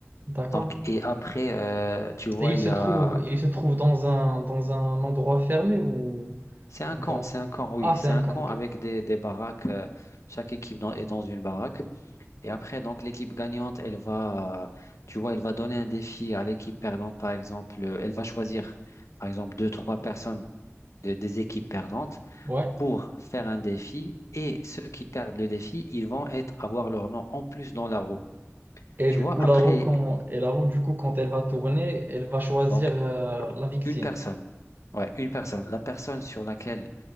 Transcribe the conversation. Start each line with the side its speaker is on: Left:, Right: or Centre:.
Right: d'accord.
Left: Donc, et après, euh, tu vois,
Right: Et il
Left: il
Right: se
Left: y a
Right: trouve, il se trouve dans un, dans un endroit fermé ou,
Left: C'est un
Right: ou
Left: camp,
Right: dans...
Left: c'est un camp, oui.
Right: Ah, c'est
Left: C'est
Right: un
Left: un
Right: camp,
Left: camp
Right: ok.
Left: avec des, des baraques. euh, chaque équipe dans- est dans une baraque. Et après, donc, l'équipe gagnante, elle va, euh, tu vois, elle va donner un défi à l'équipe perdante, par exemple. Euh, Elle va choisir, par exemple, deux, trois personnes de- des équipes perdantes
Right: Ouais.
Left: pour faire un défi. Et ceux qui perdent le défi, ils vont être, avoir leur nom en plus dans la roue.
Right: Et
Left: Tu
Right: du
Left: vois,
Right: coup,
Left: après,
Right: la roue, quand, et la roue, du coup, quand elle va tourner, elle va choisir
Left: donc,
Right: euh, la victime.
Left: une personne. Ouais, une personne. La personne sur laquelle